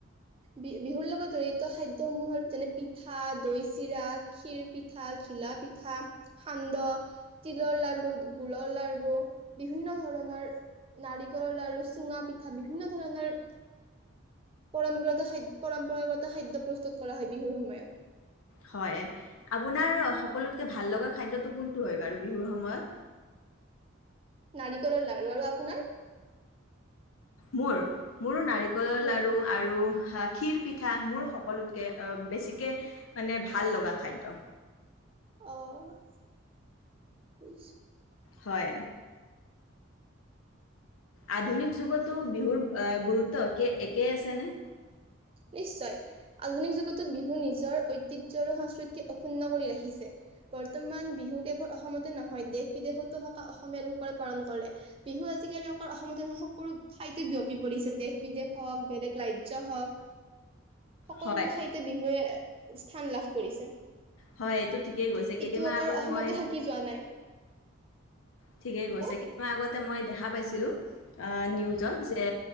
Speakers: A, on the right; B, on the left.
A: বি - বিহুৰ লগত জড়িত খাদ্যসমূহত যেনে পিঠা, দৈ চিৰা, খীৰ পিঠা, ঘিলা পিঠা, সান্দহ, তিলৰ লাৰু, গুৰৰ লাৰু বিভিন্ন ধৰণৰ নাৰিকলৰ লাৰু, চুঙা পিঠা বিভিন্ন ধৰণৰ পৰম্পৰাগত খাদ্য - পৰম্পৰাগত খাদ্য প্ৰস্তুত কৰা হয় বিহুৰ সময়ত।
B: হয়। আপোনাৰ সকলোতকে ভাল লগা খাদ্যটো কোনটো হয় বাৰু বিহুৰ সময়ত?
A: নাৰিকলৰ লাৰু আৰু আপ আপোনাৰ
B: মোৰ। মোৰো নাৰি কলৰ আৰু
A: মোৰ
B: লাৰু গাখীৰ পিঠা মোৰ সকলোতকে অ বেছিকে মানে ভাল লগা খাদ্য।
A: অ' বুজিছোঁ।
B: হয়। আধুনিক যুগতো বিহুৰ অ গুৰুত্ব কে - একে আছেনে?
A: নিশ্চয়। আধুনিক যুগতো বিহু নিজৰ ঐতিহ্য আৰু সংস্কৃতি অক্ষুন্ন কৰি ৰাখিছে। বৰ্তমান বিহু কেৱল অসমতে নহয় দেশ বিদেশতো থকা অসমীয়া লোকসকলে পালন কৰে। বিহু আজিকালি অকল অসমতে নহয় সকলো ঠাইতে বিয়পি পৰিছে। দেশ বিদেশ হওঁক, বেলেগ ৰাজ্য হওঁক। সকলো
B: হয়,
A: ঠাইতে বিহুৱে স্থান লাভ কৰিছে।
B: হয়। এইটো ঠিকেই গৈছে কেইদিন
A: ইটো
B: মান
A: অকল
B: আগত
A: অসমতে
B: মই
A: থাকি যোৱা নাই
B: ঠিকেই কৈছে
A: কওক
B: <unintelligible> আগতে মই দেখা পাইছিলো। অ নিউজত
A: হয়
B: যে